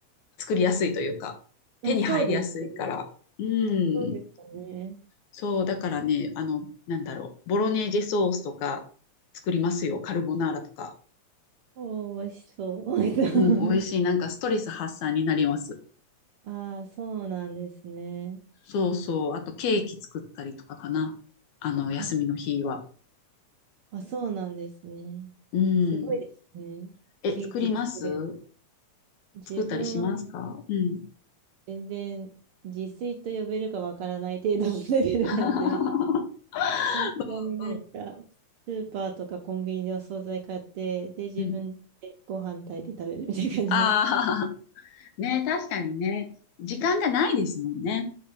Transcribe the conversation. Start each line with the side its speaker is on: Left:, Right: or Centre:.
Left: 作りやすいというか、
Right: か
Left: 手に入りやすいから。
Right: <laughs> あ、そうです。
Left: うん。
Right: そうでしたね。
Left: そう、だからね、あの、なんだろう、ボロネーゼソースとか作りますよ、カルボナーラとか。
Right: おー、美味しそう。<laughs> 美味しそう。
Left: うん、美味しい。なんかストレス発散になります。
Right: <laughs> ああ、そうなんですね。
Left: そうそう。あとケーキ作ったりとかかな。あの、休みの日は。
Right: あ、あ、そうなんですね。
Left: うん。
Right: すごいですね。
Left: え、
Right: ケーキ作れる。
Left: 作ります
Right: 自分は
Left: 作ったりしますかうん。
Right: 全然自炊と呼べるかわからない程度のレベルなんで、
Left: <laughs>
Right: <laughs> 本当になんか、
Left: うん。
Right: スーパーとかコンビニでお惣菜買って、で、自分でご飯炊いて食べるみたいな感じなんで
Left: うん。ああ、ね、確かにね。時間がないですもんね。